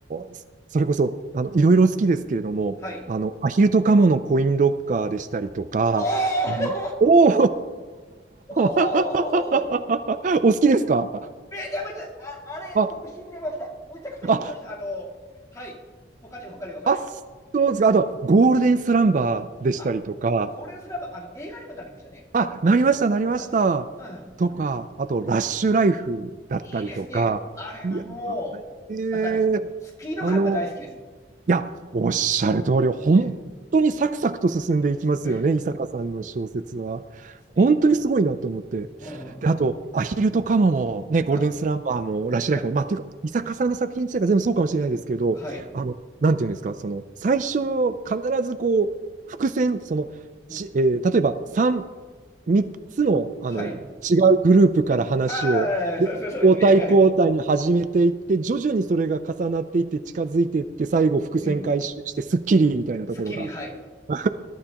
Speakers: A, on the right (about 45°); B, on the left (about 15°).
A: そそれこそ、あの、いろいろ好きですけれども、
B: はい。
A: あの、アヒルとカモのコインロッカーでしたりとか、
B: おー、
A: あのおお
B: <laughs> おー、
A: <laughs> お好きですか
B: めちゃめちゃ、あ、あれ、
A: あ、
B: 僕、しびれました。むちゃくちゃしびれました。
A: あ、
B: あの、はい。他にも、他にも、他にも。
A: あ、そうですか。あとは、ゴールデンスランバーでしたりとか、
B: あ、ゴールデンスラバーあの、映画にもなりましたね。
A: あ、なりました、なりました。
B: うん、うん。
A: とか、あと、ラッシュライフだったりとか、
B: いいですね。あれはもう、
A: いや、ええ
B: なんかね、スピード感が大好きです。
A: あの、いや、おっしゃる通り、本当にサクサクと進んでいきますよね、
B: うんうん
A: 伊坂さんの小説は。
B: スピード感。
A: 本当にすごいなと思って。
B: うん。
A: で、あと、アヒルとカモも、ね、ゴールデンスランバーも、
B: あ、
A: ラッシュライフも、
B: はい、
A: まあ、というか、伊坂さんの作品自体が全部そうかもしれないですけど、
B: はい、
A: あの、なんていうんですか、その、最初、必ずこう、伏線、その、
B: ん
A: ち、えー例えば、三3つの、あの、
B: はい。
A: 違うグループから話を、
B: ああ、そう、そう、そうですね。
A: 交代交代に始めていって、
B: はい。
A: 徐々にそれが重なっていって、近づいていって、最後、伏線回収して、
B: うん。
A: スッキリみたいなところが
B: スッキリ、はい。
A: <laughs>